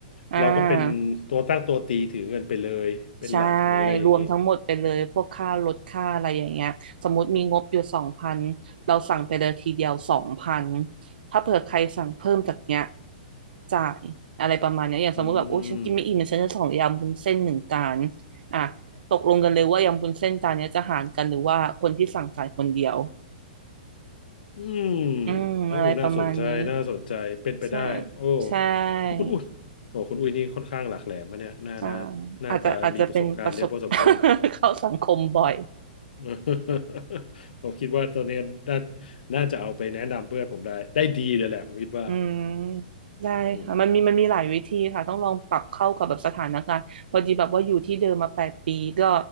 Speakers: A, on the right; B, on the left.
A: อ่า
B: เราก็เป็นตัวตั้งตัวตีถือเงินไปเลย เป็นหลักหรืออะไรอย่างนี้
A: ใช่รวมทั้งหมดไปเลยพวกค่ารถค่าอะไรอย่างเงี้ยสมมติมีงบอยู่สองพันเราสั่งไปเลยทีเดียวสองพันถ้าเผื่อใครสั่งเพิ่มจากเนี้ยจ่ายอะไรประมาณเนี้ยอย่างสมมติแบบโอ้ฉันกินไม่อิ่มเดี๋ยวฉันจะสั่งยำวุ้นเส้นหนึ่งจาน
B: อืม
A: อ่ะตกลงกันเลยว่ายำวุ้นเส้นจานเนี้ยจะหารกันหรือว่าคนที่สั่งจ่ายคนเดียว
B: อืม
A: อืมอะไรประมาณนี้
B: โอ้น่าสนใจน่าสนใจ เป็นไปได้โอ้
A: ใช่ใช่
B: คุณอุ้ยโอ้คุณอุ้ยนี่ค่อนข้างหลากแหลมมะเนี่ยน่าน่าน่าจะมีประสบการณ์เยอะพอสมควร
A: ใช่อาจจะอาจจะเป็นประสบ <laughs> เข้าสังคมบ่อย
B: <laughs> ผมคิดว่าตัวเนี้ยน่าน่าจะเอาไปแนะนำเพื่อนผมได้ ได้ดีเลยแหละผมคิดว่า
A: อืมได้ค่ะมันมีมันมีหลายวิธีค่ะต้องลองปรับเข้ากับแบบสถานการณ์พอดีแบบว่าอยู่ที่เดิมมาแปดปีก็
B: อืม